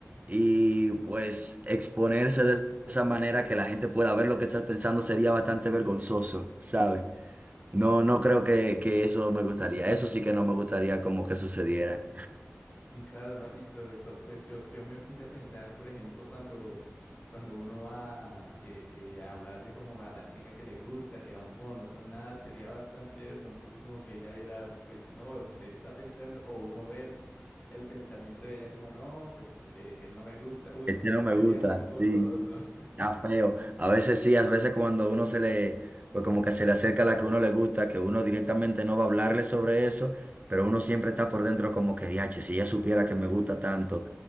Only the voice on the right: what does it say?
y pues exponerse de esa manera que la gente pueda ver lo que estás pensando sería bastante vergonzoso, ¿sabes? No, no creo que, que eso me gustaría. Eso sí que no me gustaría como que sucediera.
Este
no me
gusta,
sí.
Está feo. A veces sí, a veces cuando uno se le, pues como que se le acerca a la que uno le gusta, que uno directamente no va a hablarle sobre eso, pero uno siempre está por dentro como que, diache, si ella supiera que me gusta tanto.